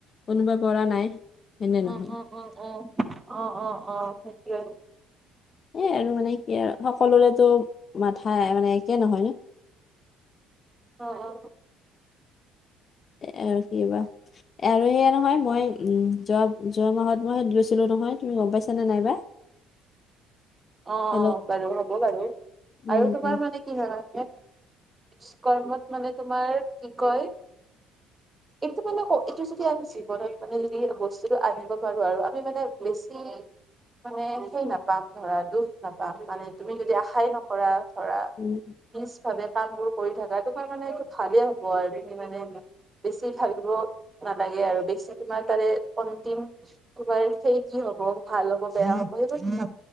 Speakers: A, on the left (about 45°); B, on the right (about 25°).
A: কোনোবাই কৰা নাই। হয়নে নহয়
B: উ উম উম উ অ অ অ সেইটোয়ে আৰু
A: এই আৰু মানে কি আৰু সকলোৰেতো মাথা মানে একে নহয় ন
B: অ অ
A: আৰু কি বা আৰু এইয়া নহয় মই যোৱা যোৱা মাহত মই গৈছিলোঁ নহয় তুমি গম পাইছা নে নাইবা? <unintelligible>
B: অ
A: হেল্ল'
B: বাৰু হ'ব বাৰু
A: উম
B: আৰু তোমাৰ
A: উম
B: মানে কি হয়ে বিশ কৰ্মত মানে তোমাৰ কি কয়
A: <unintelligible>
B: এইটো মানে এইটো যদি আমি জীৱনত মানে যদি বস্তুটো আনিব পাৰো আৰু আমি মানে বেছি মানে সেই নাপাম ধৰা দুখ নাপাম মানে তুমি যদি আশাই নকৰা ধৰা
A: ওম
B: নিজ ভাবে কাম বোৰ কৰি থাকা তোমাৰ মানে এইটো ভালে হ'ব আৰু তুমি মানে বেছি ভাব দিব নালাগে আৰু বেছি তোমাৰ তাৰে অন্তিম তোমাৰ সেই কি হব ভাল হব বেয়া হব সেইটো যদি